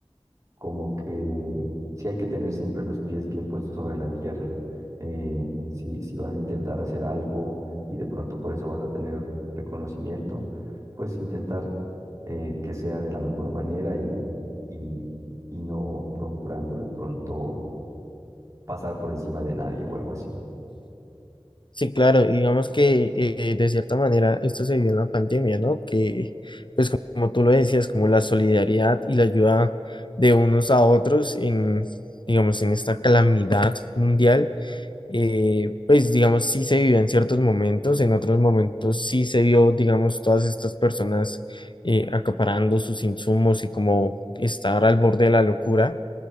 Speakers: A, on the right; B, on the left.
A: como que sí hay que tener siempre los pies bien puestos sobre la tierra. Eh, si, si vas a intentar hacer algo y de pronto por eso vas a tener reconocimiento, pues intentar eh, que sea de la mejor manera y, y, y no procurando de pronto pasar por encima de nadie o algo así.
B: Sí, claro, y digamos que eh, de cierta manera esto se vio en la pandemia, ¿no? Que pues como tú lo decías, como la solidaridad y la ayuda de unos a otros en, digamos, en esta calamidad mundial eh, pues digamos, sí se vivió en ciertos momentos, en otros momentos sí se vio, digamos, todas estas personas eh, acaparando sus insumos y como estar al borde de la locura.